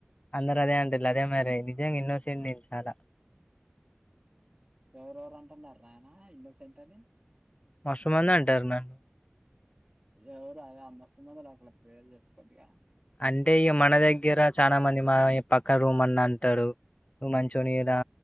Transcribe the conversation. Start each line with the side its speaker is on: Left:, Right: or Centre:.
Left: అందరు అదే అంటు అదే మరి నిజంగా ఇన్నోసెంటు నేను చాలా
Right: ఎవరెవరు అంటున్నారు రానా ఇన్నోసెంట్ అని
Left: మస్తుమంది అంటారు నన్
Right: ఎవరు ఆ అదే మస్త మందుల పేర్లు చెప్పుకోద్గా
Left: అంటే ఇగా మన దగ్గర చానా మంది మా పక్క రూమ్ అన్నా అంటాడు నువ్వు మంచోనివి రా